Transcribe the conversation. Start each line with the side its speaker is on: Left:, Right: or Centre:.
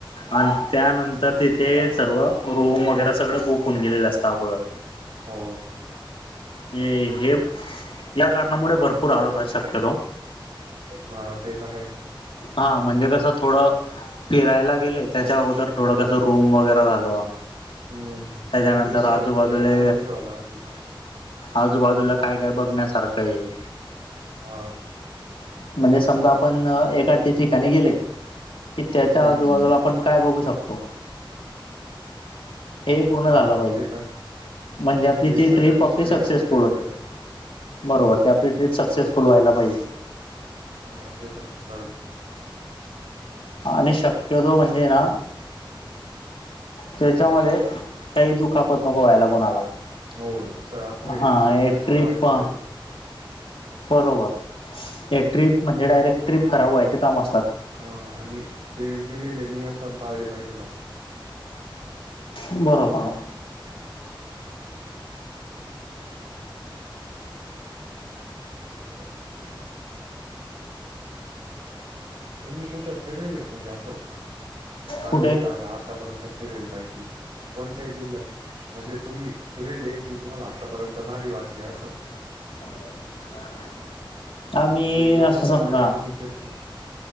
Left: आणि त्यानं तर तिथे सर्व रूम वगैरे सगळं बुक होऊन गेलेले असतं अगोदर.
Right: हो.
Left: हे हे या कारणामुळे भरपूर हाल होतात शक्यतो‌.
Right: हा ते तर हाय.
Left: हा म्हणजे कसं थोडं फिरायला गेले.
Right: <inaudible>
Left: त्याच्या अगोदर थोडं कसं रूम वगैरे झालं.
Right: हम्म सगळी
Left: त्याच्यानंतर
Right: इथेच सोय
Left: आजूबाजूले
Right: आपल्या करून ठेवलाय. <unintelligible>
Left: आजूबाजूला काय काय बघण्यासारखं हाय.
Right: हा
Left: म्हणजे समजा आपण एक. त्यांचे ठिकाणी गेले की त्याच्या
Right: हम्म
Left: आजूबाजूला. आपण काय बघू शकतो? हे पूर्ण झालं
Right: हा
Left: पाहिजे
Right: ते पण
Left: म्हणजे आपली
Right: हे
Left: ती
Right: सगळ्या
Left: ट्रीप
Right: गोष्टी
Left: आपली सक्सेसफुल
Right: मॅटर करीत्या
Left: होती.
Right: त्याच्या
Left: बरोबर ते आपली ट्रिप सक्सेसफुल व्हायला पाहिजे.
Right: हम्म म तेपण बरोबर.
Left: आणि शक्यतो म्हण ते ना त्याच्यामध्ये काही दुखापत नको व्हायला कोणाला?
Right: हो स आपले
Left: हा
Right: सावकाशी
Left: हे ट्रिप
Right: पाळले पाहिजेल.
Left: बरोबर हे ट्रिप म्हणजे डायरेक्ट ट्रिप खराब व्हायचे काम असतात.
Right: हा आणि ते दिलेले नियम पण पाळले पाहिजेल आपण.
Left: बरोबर.
Right: हमं तुम्ही कुठं फिरेले का? म्हणजे असं चांगली
Left: कुठे
Right: जागा. आतापर्यंत फिरेल काय की कोणत्याही जिल्ह्यात. म्हणजे तुम्ही फिरालेन ती तुम्हाला आत्तापर्यंत भारी वाटले असं.
Left: <inaudible> आम्ही
Right: म्हणजे एवढ्या
Left: असं समजा
Right: जागा तुम्ही फिरल्या.